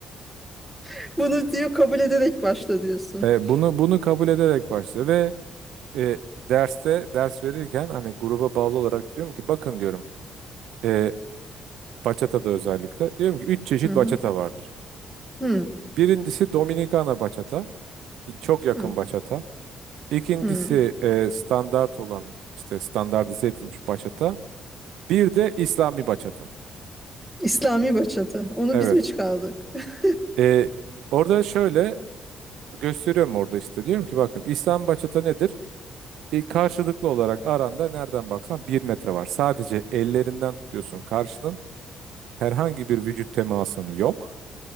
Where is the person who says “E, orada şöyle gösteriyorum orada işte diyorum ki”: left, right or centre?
Right